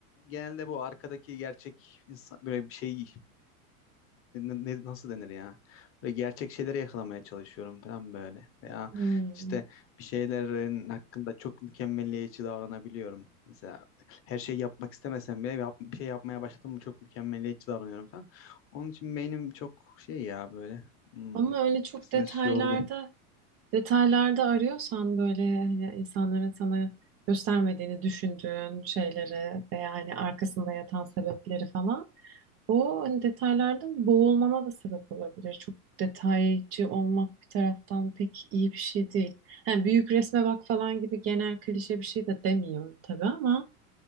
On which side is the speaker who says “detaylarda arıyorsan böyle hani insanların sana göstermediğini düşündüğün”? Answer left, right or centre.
Right